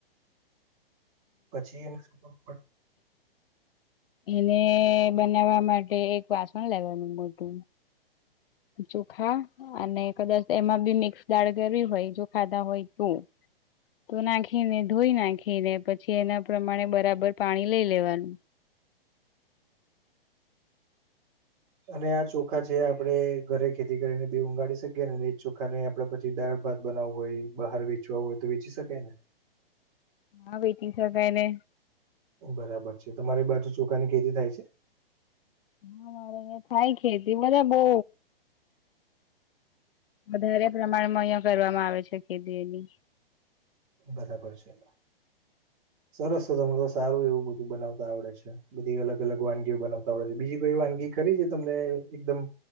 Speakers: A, on the right; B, on the left.
A: પછી એને શું કરવા
B: એને બનાવા માટે એક વાસણ લેવાનું મોટું ચોખા અને કદાચ એમાં બી મિક્સ દાળ કરવી હોય જો ખાધા હોય તો તું નાખીને ધોઈ નાખી ને પછી એના પ્રમાણે બરાબર પાણી લઈ લેવાનું
A: અને આ ચોખા છે આપડે ઘરે ખેતી કરીને બી ઊગાડી શકીએ ને એજ ચોખા ને આપડે પછી દાળ ભાત બનાવવું હોય, બહાર વેચવા હોય તો વેચી શકાય ને
B: આ વેટિંગ <inaudible> ને
A: ઓ બરાબર છે. તમારી બાજુ ચોખા ની ખેતી થાય છે?
B: હ મારે અ થાય ખેતી મલે બો વધારે પ્રમાણમાં અહિયાં કરવામાં આવે છે ખેતી એની
A: બરાબર છે. સરસ હો, તમને તો સારું એવું બધું બનાવતા આવડે છે. બધી અલગ અલગ વાનગીઓ બનાવતા આવડે બીજી કોઈ વાનગી ખરી જે તમને એકદમ